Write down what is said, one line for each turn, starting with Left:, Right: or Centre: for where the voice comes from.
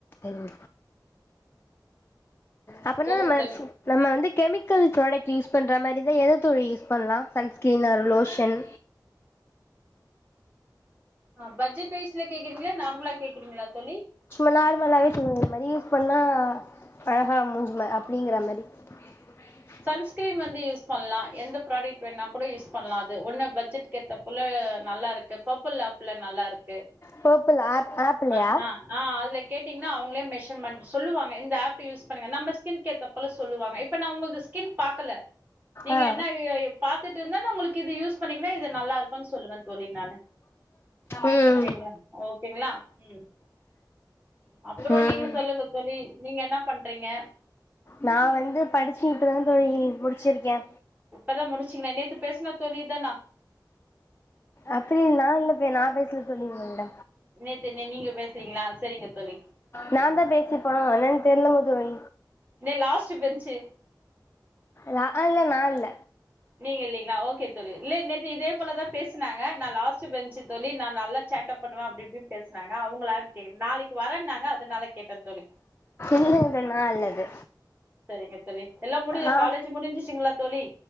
Left: ம் அப்பனா
Right: சொல்லுங்க
Left: மேசு
Right: தோழி
Left: நம்ம வந்து கெமிக்கல் ப்ராடக்ட் யூஸ் பண்ற மாரி இருந்தா எத தோழி யூஸ் பண்லா சன்ஸ்கிரீன் ஆர் லோஷன்
Right: ஆ பட்ஜெட் ப்ரெய்ஸ் ல கேக்றீங்களா நார்மலா கேக்கறீங்களா தோழி
Left: சும்மா நார்மலாவே சொல்லுங்க இது மாரி யூஸ் பண்ணா அழகா மூஞ்சுமா அப்படிங்கிற மாரி <inaudible>
Right: சன்ஸ்கிரீன் வந்து யூஸ் பண்லா எந்த ப்ராடெக்ட் வேணா கூட யூஸ் பண்லா அது ஒன்ன பட்ஜெட்க்கு ஏத்த போல நல்லா இருக் த பப்புல்லாப்புல நல்லா இருக்கு
Left: பொர்ப்புல் ஆப் ஆப்லியா
Right: ஆ ஆ அதுல கேட்டிங்ன்னா அவுங்களே மெஷர்மெண்ட் சொல்லுவங்க இந்த ஆப் யூஸ் பண்ணுங்க நம்ம ஸ்கின்க்கேத்தா போல சொல்லுவாங்க இப்ப நா உங்கள்து ஸ்கின் பாக்கல நீங்க
Left: ஆ
Right: என்னா இது பாத்துட்டு இருந்தாலே நம்மளுக்கு இது யூஸ் பண்ணிங்கனா இது நல்லா இருக்கான் சொல்லுவே தோழி நானு
Left: ம்
Right: ஓகேங்களா ஓகேங்களா ம் அப்புறோ
Left: ம்
Right: நீங்க சொல்லுங்க தோழி நீங்க என்ன பண்றீங்க
Left: நா வந்து படிச்சுட்றுந் தோழி முடிச்சிருக்கே
Right: இப்பதா முடிச்சிங்களா நேத்து பேசின தோழி இதானா
Left: அப்டி நா இல்ல பே நா பேசுல தோழி உங்ககூட
Right: நேத்தென்னே நீங்க பேசுவீங்களா செரிங்க தோழி
Left: நா
Right: ம்
Left: தா பேசிர்ப்பனோ என்னனு தெரியலங்க தோழி
Right: ந்தே லாஸ்ட்டு பெஞ்சு
Left: நாஇல்ல நால்ல
Right: நீங்கல்லீங்ளா ஓகே தோழி இலே நேத் து இதே போல தா பேசுனாங்க நா லாஸ்ட்டு பெஞ்சு தோழி நா நல்லா சேட்டப் பண்ணுவ அப்டி இப்டி பேசுனாங்க அவுங்களான் கே நாளக் வரன்னாங்க அதுனால கேட்டந்தோழி
Left: இல்லங்ல நாஇல்ல அது
Right: செரிங்க தொலி எல்லா முடிஞ்
Left: ஆ
Right: காலேஜி முடிஞ்சுச்சுங்களா தோழி